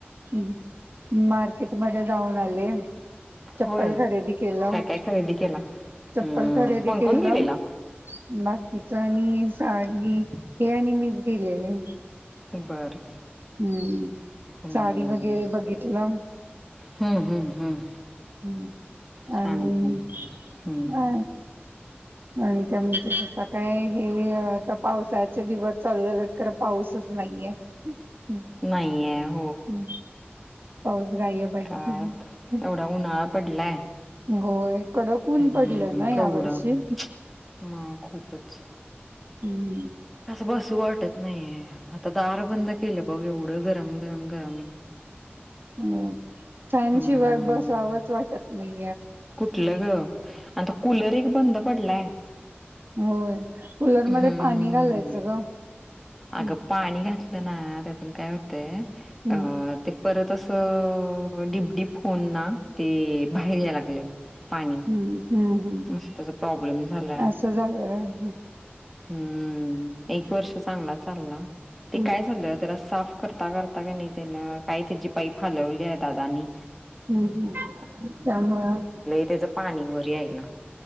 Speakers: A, on the right (about 55°); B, in the centre.
A: ह मार्केटमध्येध जाऊन आले. चप्पल
B: होय
A: खरेदी केलं.
B: काय काय खरेदी केला
A: चप्पल
B: हम्म
A: खरेदी
B: कोण
A: केलं
B: कोण गेलेला
A: बाकीच आणि साडी हे आणि मीच गेलेले.
B: बर
A: हम्म
B: हम्म
A: साडी वगैरे बघितलं.
B: हम्म हम्म हम्म
A: हम्म
B: छान
A: आणि
B: आहे की हम्म
A: ह आणि त्या म्ह आता काय हे आता पावसाचे दिवस चालू झालेत खरं पाऊसच नाही. घ्या ह.
B: नाही आहे.
A: हम पाऊस गायब हाय.
B: काय एवढा उन्हाळा पडलाय
A: होय, कडक ऊन
B: हम्म
A: पडलं ना या
B: केवढं
A: वर्षी.
B: मग खूपच
A: हम.
B: बसू वाटत नाहीेये, आता दार बंद केलंयं. ग गरम गरम गरम ये.
A: हो फॅन
B: हम्म
A: शिवाय बसावचं वाटत नाही.
B: कुठलं गं आणि त कूलर एक बंद पडलाय.
A: होय, कूलरमध्ये
B: हम्म
A: पाणी घालायचं गं.
B: अगं पाणी घातलं ना त्यातून काय होतयं
A: हम्म
B: अ ते परत तसं डीपडीप होऊन ना ते बाहेर याय लागलयं. पाणी
A: हम्म हम्म
B: मग त्याचा प्रॉब्लेम झालाय
A: असं झालं व्हय हम्म
B: हम्म एक वर्ष चांगला चालला
A: हम्म
B: ते काय झाले त्याला साफ करता करता आता का नाही त्याला काही त्याची पाई फालवली आहे दादाांनी
A: हम्म हम् त्या मग
B: त्याच पाणी व यायला